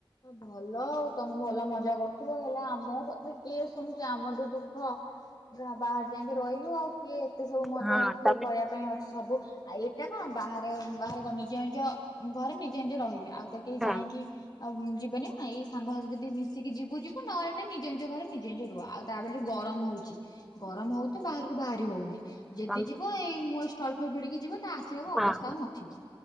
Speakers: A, on the left; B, in the centre.
A: ଭଲ ଆଉ ତମେ ଭଲ ମଜା କରୁଥିବ ହେଲେ ଆମ କଥା କିଏ ଶୁଣିୁଛି ଆମର ଯୋଉ ଦୁଃଖ ବାହାରେ ଯାଇକି ରହିଲୁ ଆଉ କିଏ ଏତେ ସବୁ ମଜା
B: ହଁ
A: ଆଉ କିଏ
B: ତମେ
A: କରିବା ପାଇଁ ଅଛି ସବୁ ଆଉ ଏଇଟା କଣ ବାହାରେ ବାହ ନିଜ ନିଜ ଘରେ ନିଜେ ନିଜେ ରହିଲେ ଆଉ ତ କେହି
B: ହଁ
A: ଯାଇକି ଆଉ ଯିବେନି ଏଇ ସାଙ୍ଗସାଥି ଯଦି ମିଶିକି ଯିବୁ ଯିବୁ ନହେଲେ ନା ନିଜ ନିଜ ଘରେ ନିଜେ ନିଜେ ରୁଆ ଆଉ ତାରେ ଯଉ ଗରମ ହେଉଛି ଗରମ ହେଉ ତ ବାହାରକୁ ବାହାରି ହେଉନି ଯଦି
B: ତମେ
A: ଯିବ ଏଇ ମୋ ଷ୍ଟଲ ପ ଭିଡିକି ଯିବ ଆସିଲକୁ
B: ହଁ
A: ଅବସ୍ଥା ନଥିବ